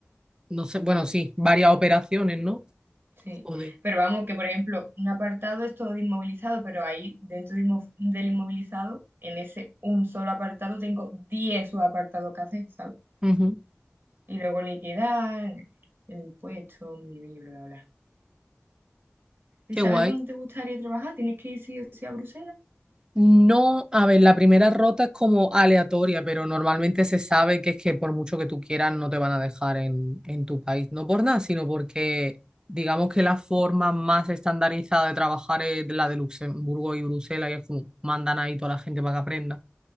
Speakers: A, on the right; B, on the right.
A: no sé, bueno, sí, varias operaciones, ¿no?
B: sí.
A: Joder.
B: Pero vamos, que por ejemplo, un apartado es todo de inmovilizado, pero ahí dentro de inmo- del inmovilizado, en ese un solo apartado, tengo diez subapartados que hacer, ¿sabes?
A: Ujú.
B: Y luego liquidar, el impuesto, mi, mi, bla, bla, bla. ¿Y
A: Qué
B: sabes
A: guay.
B: dónde te gustaría trabajar? ¿Tienes que ir sí o sí a Bruselas?
A: No, a ver, la primera rota es como aleatoria, pero normalmente se sabe que es que por mucho que tú quieras no te van a dejar en, en tu país. No por nada, sino porque digamos que la forma más estandarizada de trabajar es la de Luxemburgo y Bruselas y es como mandan ahí toda la gente para que aprenda.